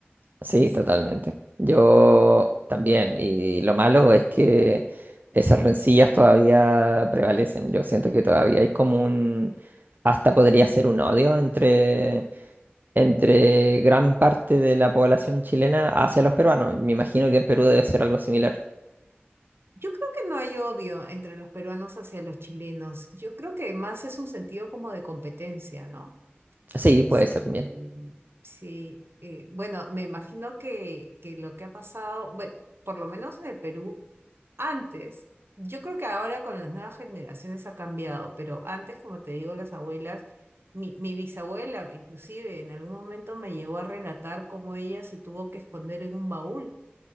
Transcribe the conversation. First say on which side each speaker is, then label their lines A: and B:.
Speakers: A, on the right (about 50°); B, on the right (about 70°).
A: Sí,
B: Este,
A: totalmente. Yo también. Y lo malo es que esas rencillas todavía prevalecen. Yo siento que todavía hay como un... Hasta podría ser un odio entre, entre gran parte de la población chilena hacia los peruanos. Me imagino que en Perú debe ser algo similar.
B: yo creo que no hay odio entre los peruanos hacia los chilenos. Yo creo que más es un sentido como de competencia, ¿no?
A: Sí,
B: Este,
A: puede ser también.
B: sí, eh, bueno, me imagino que, que lo que ha pasado, bueno, por lo menos en el Perú, antes, yo creo que ahora con las nuevas generaciones ha cambiado, pero antes, como te digo, las abuelas, mi, mi bisabuela inclusive en algún momento me llegó a relatar cómo ella se tuvo que esconder en un baúl